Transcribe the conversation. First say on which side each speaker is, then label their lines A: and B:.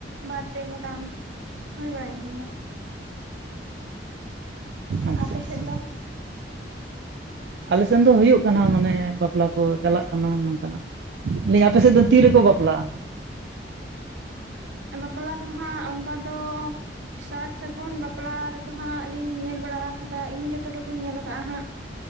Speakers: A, on the right; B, on the right.
A: ᱵᱟᱨ ᱯᱮ ᱜᱚᱴᱟᱝ ᱦᱩᱭ ᱵᱟᱲᱟᱭᱮᱱ ᱜᱮᱭᱟ ᱾
B: ᱟᱪᱪᱷᱟ
A: ᱟᱯᱮ
B: ᱟᱪᱪᱷᱟ
A: ᱥᱮᱜ ᱫᱚ?
B: ᱟᱞᱮ ᱥᱮᱱ ᱫᱚ ᱦᱩᱭᱩᱜ ᱠᱟᱱᱟ ᱢᱟᱱᱮ ᱵᱟᱯᱞᱟ ᱠᱚ ᱪᱟᱞᱟᱜ ᱠᱟᱱᱟ ᱱᱚᱝᱠᱟ ᱾ ᱞᱟᱹᱭ ᱤᱧ ᱟᱯᱮ ᱥᱮᱫ ᱫᱚ ᱛᱤ ᱨᱮᱠᱚ ᱵᱟᱯᱞᱟᱜᱼᱟ?
A: ᱵᱟᱯᱞᱟ ᱫᱚ ᱦᱟᱸᱜ ᱚᱱᱠᱟ ᱫᱚ ᱥᱟᱨ ᱥᱟᱹᱜᱩᱱ ᱵᱟᱯᱞᱟ ᱨᱮᱫᱚ ᱦᱟᱸᱜ ᱞᱤᱧ ᱧᱮᱞ ᱵᱟᱲᱟ ᱟᱠᱟᱫᱟ, ᱤᱧ ᱡᱚᱛᱚ ᱴᱩᱠᱩᱧ ᱧᱮᱞ ᱟᱠᱟᱫᱟ ᱦᱟᱸᱜ